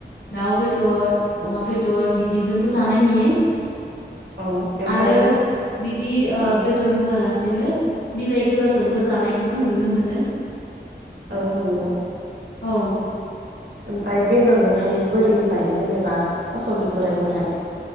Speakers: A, on the left; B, on the right.
A: दाउ बेदर अमा बेदर बिदिजोंबो जानाय नुयो बिआरो
B: औ ओमफ्राय
A: बिदि ओ
B: औ
A: बेदर होआलासेनो बिलाइ गोजाजोंबो जानायखौ जों नुनो मोनो
B: औ नंगौ।
A: औ
B: ओमफ्राय बेदरजोंहाय बोरै जायो जेनेबा थास' बिथरायखौहाय?